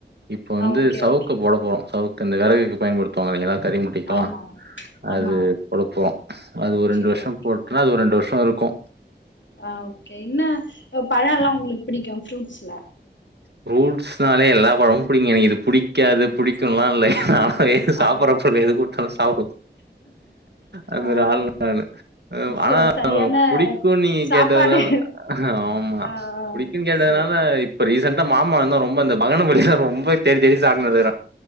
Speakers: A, on the right (about 65°); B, on the left (about 85°).
A: இப்ப வந்து
B: ஆ ஓகே
A: சவுக்க
B: ஓகே
A: போட போறோ சவுக் க இந்த வெறகுக்கு பயன்படுத்துவாங்கல்ல எல்லா கறி முட்டைக்கும்
B: ஆமா ஆமா
A: அது பொழப்போ அது ஒரு ரெண்டு
B: செரி
A: வருஷோ
B: ஓகே
A: போட்டனா அது ஒரு ரெண்டு வருஷோ இருக்கு
B: ஆ ஓகே என்ன பழம் எல்லாம் உங்களுக்கு பிடிக்கும் ஃப்ரூட்ஸ்ல
A: ப்ரூட்ஸ்னாலே எல்லா பழமும் புடிக்கும்ங்க எனக்கு இது பிடிக்காது புடிக்கும்லாம் இல்லைங்க அ எ சாப்பிடறப்ப
B: ஆ
A: எது குடுத்தாலும் சாப்டுவோ அந்த
B: ஆ
A: மாரி ஆள் நானு ஆனா
B: ச சரியான
A: புடி க்கும் நீ
B: சாப்பாடு
A: கேட்டதுனால ஆமா
B: ஆ ஆ
A: புடிக்கும்ன்னு கேட்டதுனால
B: சேரி
A: இப்ப ரீசண்டடா மாமா வந்து ரொம்ப அந்த பகன பள்ளி தா ரொம்ப தேடி தேடி சாப்ட்டுனுக்குறா